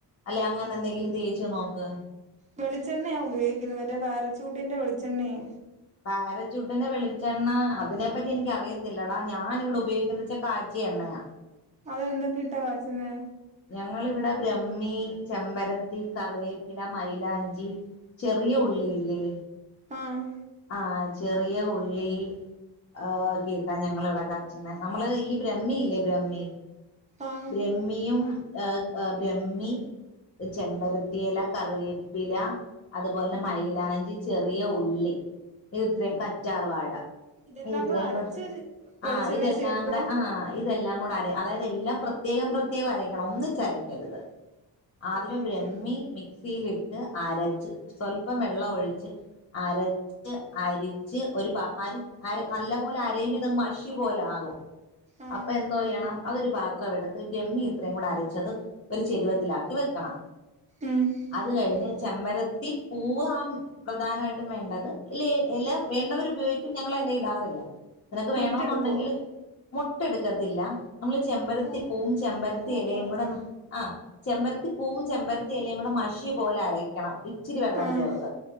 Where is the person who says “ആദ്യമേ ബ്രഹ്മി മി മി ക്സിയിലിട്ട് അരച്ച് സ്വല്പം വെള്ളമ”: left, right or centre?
Left